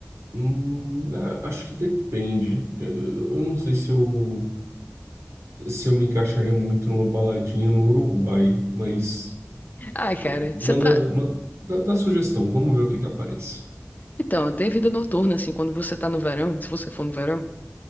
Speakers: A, on the right (about 80°); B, on the left (about 35°).
A: hum, ah, acho que depende. Eu, eu eu não sei se eu, se eu me encaixaria muito numa baladinha no Uruguai, mas
B: Ai, cara,
A: eh, manda,
B: você tá.
A: manda dá, dá sugestão, vamos ver o que que aparece.
B: Então, tem vida noturna, assim, quando você tá no verão, se você for no verão,